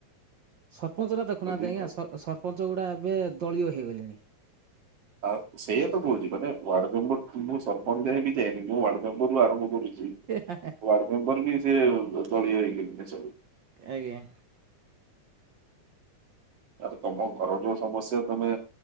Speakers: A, on the right (about 80°); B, on the right (about 50°).
A: ସରପଞ୍ଚ ଟା
B: ଆସୁଛନ୍ତି।
A: ଦେଖୁନାହାନ୍ତି ଆଜ୍ଞା ସର୍ ସ ରପଞ୍ଚଗୁଡ଼ା ଏବେ ଦଳୀୟ ହେଇଗଲେଣି।
B: ଆଉ ସେଇୟା ତ କୋହୁଚି ମାନେ ୱାର୍ଡ ମେମ୍ବ ମୁଁ ସରପଞ୍ଚା ଆଡେ ବି ଯାଇନି ମୁଁ ୱାର୍ଡ ସବୁ ମୁଁ ଆରମ୍ଭ କରୁଚି।
A: <unintelligible>
B: ୱାର୍ଡ ମେମ୍ବର ବି ସେ ଦଳୀୟ ହେଇଗଲେନି ସବୁ।
A: ଆଜ୍ଞା।
B: ଆ ତମ ଘରର ସମସ୍ୟା ତମେ